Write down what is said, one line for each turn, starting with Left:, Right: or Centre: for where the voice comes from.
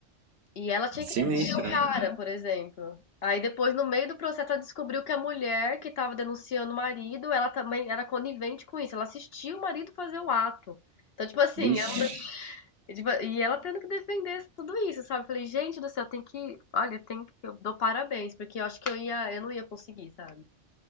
Left: E ela tinha
Right: Sinistro,
Left: que defender o cara,
Right: né?
Left: <laughs> por exemplo. Aí depois, no meio do processo, ela descobriu que a mulher que estava denunciando o marido, ela também era conivente com isso. Ela assistia o marido fazer o ato. Então, tipo assim,
Right: Vixe,
Left: ela, tipo, e ela tendo que defender tudo isso, sabe? Eu Falei, gente do céu, tem que. Olha, tem que. Eu dou parabéns, porque eu acho que eu ia, eu não ia conseguir, sabe?